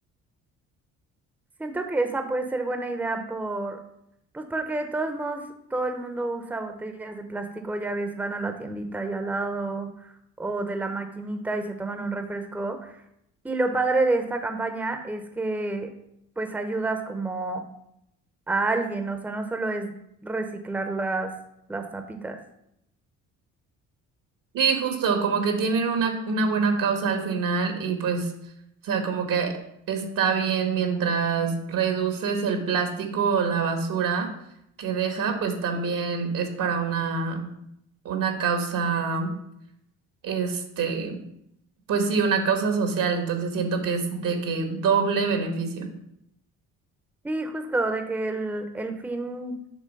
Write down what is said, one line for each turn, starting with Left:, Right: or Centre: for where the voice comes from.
Centre: siento que esa puede ser buena idea por, pues porque de todos modos todo el mundo usa botellas de plástico, ya ves, van a la tiendita y al lado o de la maquinita y se toman un refresco. Y lo padre de esta campaña es que pues ayudas como a alguien, o sea, no solo es reciclar las, las tapitas.
Right: Sí, justo, como que tienen una, una buena causa al final y pues, o sea, como que está bien mientras reduces el plástico o la basura que deja, pues también es para una, una causa, este, pues sí, una causa social, entonces siento que es de que doble beneficio.
Centre: Sí, justo, de que el, el fin